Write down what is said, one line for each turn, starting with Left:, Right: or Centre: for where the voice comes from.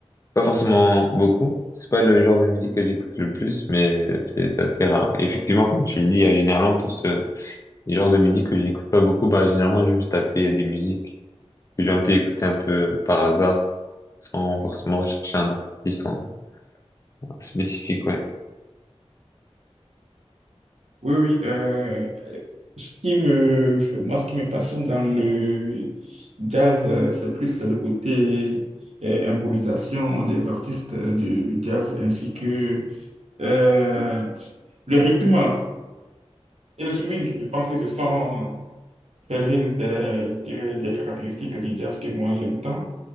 Left: Pas forcément beaucoup. C'est pas le genre de musique que j'écoute le plus, mais c'est c'est assez rare. Effectivement, comme tu le dis, euh, généralement pour ce les genres de musique que je n'écoute pas beaucoup, bah généralement je vais juste taper des musiques que j'ai un peu écoutées un peu par hasard, sans forcément rechercher un artiste en en spécifique, ouais.
Right: Oui, oui. euh, ce qui me, moi, ce qui me passionne dans le jazz, euh, c'est plus le côté euh, improvisation des artistes euh, du jazz ainsi que euh, le rythme et le swing. Je pense que ce sont c'est l'une des, je dirais, des caractéristiques du jazz que moi j'aime tant.